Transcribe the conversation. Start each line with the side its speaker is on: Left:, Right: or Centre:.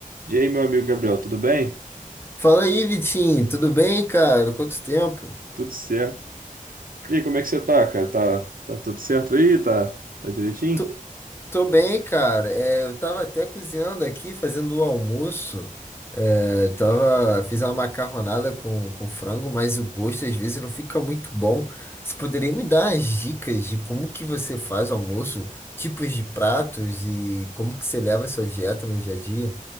Right: E aí, meu amigo Gabriel, tudo bem?
Left: Fala aí, Vitinho, tudo bem, cara? Quanto tempo?
Right: Tudo certo. E aí, como é que você tá, cara? Tá, tá tudo certo aí? Tá, tá direitinho?
Left: Tô, tô bem, cara. É, eu tava até cozinhando aqui, fazendo o almoço. É, tava, fiz uma macarronada com, com frango, mas o gosto às vezes não fica muito bom. Você poderia me dar as dicas de como que você faz o almoço, tipos de pratos e como que você leva a sua dieta no dia a dia?